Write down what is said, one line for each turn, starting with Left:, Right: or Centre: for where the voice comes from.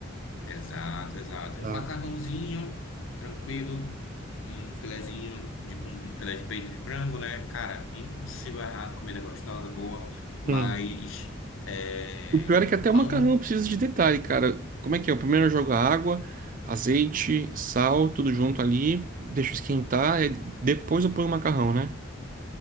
Left: Exato, exato.
Right: Tá.
Left: Macarrãozinho, tranquilo, um filezinho de um filé de peito de frango, né? Cara, impossível errar, comida gostosa, boa, mas
Right: Hum.
Left: é,
Right: O pior é que até o
Left: falando,
Right: macarrão precisa de detalhe, cara. Como é que é? Eu primeiro jogo a água, azeite, sal, tudo junto ali, deixo esquentar, e depois eu ponho o macarrão, né?